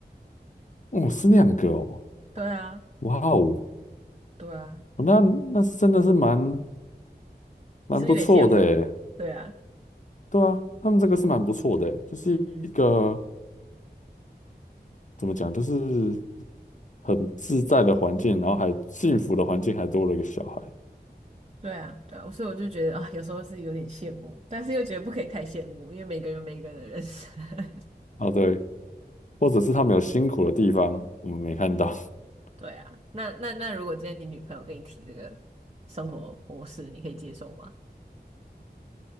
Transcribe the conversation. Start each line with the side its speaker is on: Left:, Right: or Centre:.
Left: 哦，是那样个哦，
Right: 对啊，
Left: 哇哦，
Right: 对啊，
Left: 那那真的是蛮蛮不错的耶，
Right: 是有点羡慕。对啊，
Left: 对啊，他们这个是蛮不错的耶，就是一个
Right: 嗯哼。
Left: 怎么讲，就是很自在的环境，然后还幸福的环境，还多了一个小孩。
Right: 对啊，对啊，所以我就觉得啊，有时候是有点羡慕，但是又觉得不可以太羡慕，因为每个人有每个人的人生。<laughs>
Left: 啊，对，或者是他们有辛苦的地方，我们没看到。<laughs>
Right: 对啊，那那那，如果今天你女朋友跟你提这个生活模式，你可以接受吗？